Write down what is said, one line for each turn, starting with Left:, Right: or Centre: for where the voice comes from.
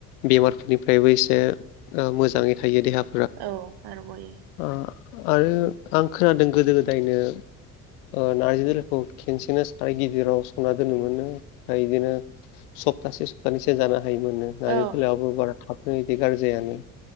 Left: बेमारफोरनिफ्रायबो एसे ओ मोजाङै थायो देहा
Right: औ बारगयो।
Left: ओ आरो आं खोनादों गोदो गोदायनो ओ नारजि दोलोखौ खेनसेनो साराय गिदिराव संना दोनोमोननो। ओमफ्राय बिदिनो सप्तासे सप्तानैसो जानो हायोमोननो। नारजि
Right: औ
Left: दोलोयावबो बारा थाबनो बिदि गारजि जाया ना